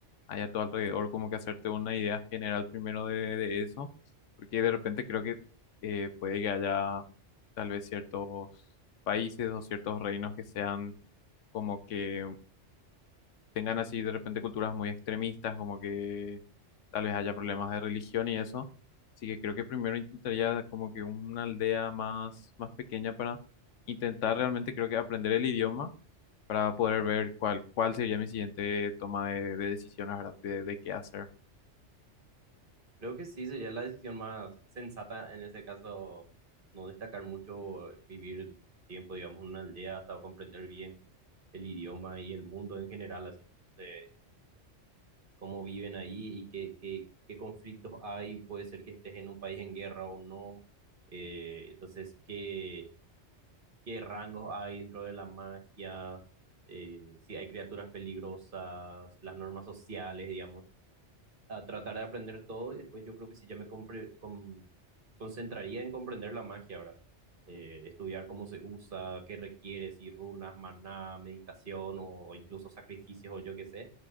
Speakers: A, on the left (about 85°); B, on the right (about 45°).
A: hay a tu alrededor, como que hacerte una idea general primero de, de eso, porque de repente creo que eh, puede que haya tal vez ciertos países o ciertos reinos que sean como que tengan así de repente culturas muy extremistas, como que tal vez haya problemas de religión y eso. Así que creo que primero intentaría como que una aldea más, más pequeña para intentar realmente creo que aprender el idioma para poder ver cuál, cuál sería mi siguiente toma de, de decisiones, ¿verdad? De, de qué hacer.
B: Creo que sí, sería la decisión más sensata en ese caso, no destacar mucho, vivir el tiempo, digamos, en una aldea hasta comprender bien el idioma y el mundo en general, así como se- cómo viven ahí y qué, qué, qué conflictos hay, puede ser que estés en un país en guerra o no, eh, entonces qué, qué rangos hay dentro de la magia, eh, si hay criaturas peligrosas, las normas sociales, digamos a tratar de aprender todo y después yo creo que sí ya me compre- con- concentraría en comprender la magia, ¿verdad? Eh, estudiar cómo se usa, qué requiere, si runas, maná, meditación o incluso sacrificios o yo qué sé.